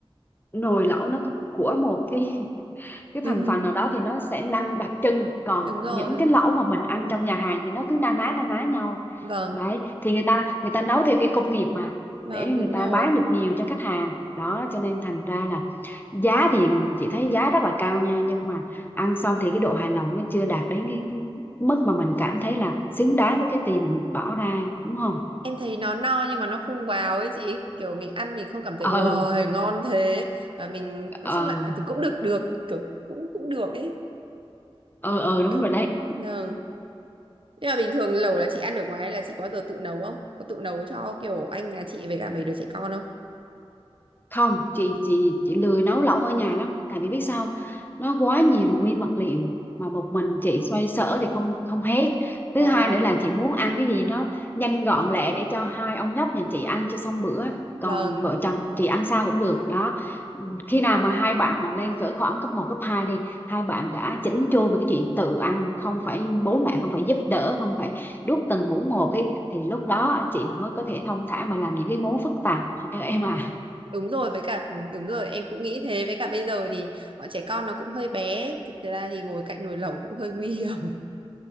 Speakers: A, on the left (about 20°); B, on the right (about 60°).
A: nồi lẩu nó có- của một cái <laughs> cái
B: <laughs>
A: thành phần nào đó thì nó sẽ năng đặc trưng còn
B: Đúng rồi,
A: những cái lẩu mà mình ăn trong nhà hàng thì nó cứ na ná na ná nhau
B: vâng,
A: đấy thì người ta người ta nấu theo cái công nghiệp mà
B: vâng
A: để người
B: đúng
A: ta
B: rồi.
A: bán được nhiều cho khách hàng đó cho nên thành ra là giá thì chị thấy giá rất là cao nha nhưng mà ăn xong thì cái độ hài lòng nó chưa đạt đến cái, cái mức mà mình cảm thấy là xứng đáng với cái tiền mình bỏ ra đúng không
B: Em thấy nó no nhưng mà nó không wow ấy chị Kiểu mình ăn mình không cảm thấy
A: ừ
B: Wow ngon thế Và mình nói
A: ừ
B: chung là à, thì cũng được được Kiểu cũng cũng được ấy
A: ừ ừ đúng
B: <clears throat>
A: rồi đấy
B: Vâng. Nhưng mà bình thường lẩu là chị ăn ở ngoài hay Là chị có bao giờ tự nấu không? Có tự nấu cho kiểu anh nhà chị với cả mấy đứa trẻ con không?
A: không chị chị chị lười nấu lẩu ở nhà lắm tại vì biết sao không? nó quá nhiều nguyên vật liệu mà một mình chị xoay sở thì không không hết thứ
B: Ờ,
A: hai nữa là chị muốn ăn cái gì nó nhanh gọn lẹ để cho hai ông nhóc nhà chị ăn cho xong bữa còn
B: Vâng,
A: vợ chồng chị ăn sao cũng được đó khi nào mà hai bạn mà lên cỡ khoảng cấp một cấp 2 đi hai bạn đã chỉnh chu về cái chuyện tự ăn không phải bố mẹ không phải giúp đỡ không phải đút từng muỗng một ấy thì lúc đó chị mới có thể thong thả mà làm những cái món phức tạp <laughs> em à
B: đúng rồi với cả đúng rồi em cũng nghĩ thế với cả bây giờ thì bọn trẻ con nó cũng hơi bé thực ra thì ngồi cạnh nồi lẩu cũng hơi nguy hiểm